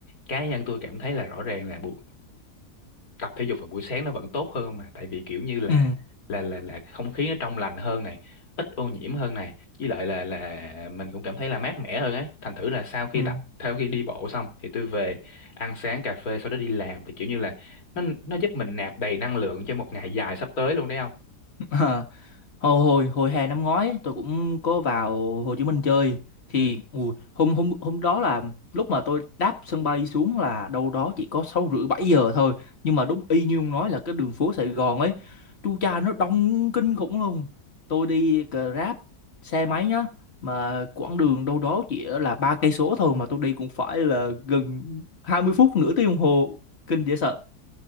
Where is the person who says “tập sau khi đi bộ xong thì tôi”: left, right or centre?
Left